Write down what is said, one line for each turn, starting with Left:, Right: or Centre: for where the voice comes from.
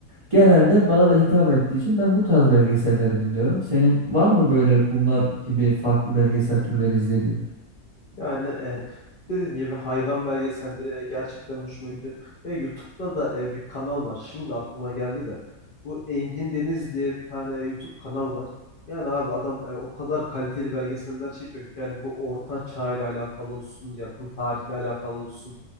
Right: Genelde bana da hitap ettiği için ben bu tarz belgeselleri dinliyorum. Senin var mı böyle bunlar gibi farklı belgesel türleri izlediğin?
Left: Yani e, dediğim gibi hayvan belgeselleri e, gerçekten hoşuma gidiyor. Ya YouTube'da da e, bir kanal var. Şimdi aklıma geldi de. Bu Engin Deniz diye bir tane e, YouTube kanal var. Yani abi adam e, o kadar kaliteli belgeseller çekiyor ki yani bu orta çağ ile alakalı olsun, yakın tarihle alakalı olsun.